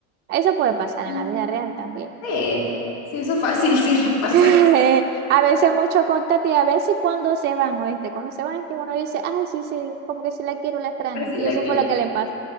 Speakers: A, on the right (about 25°); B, on the left (about 75°).
A: Eso puede pasar
B: Ujú.
A: en la vida real también
B: Sí. Sí, eso fácil, sí <laughs> pasa.
A: sí <laughs> A veces mucho contacto y a veces cuando se van, ¿oíste? Cuando se van que uno dice, ay, sí, sí, como que si la quiero, la extraño.
B: Fácil
A: Y
B: la
A: eso
B: quería.
A: fue lo que le pasó.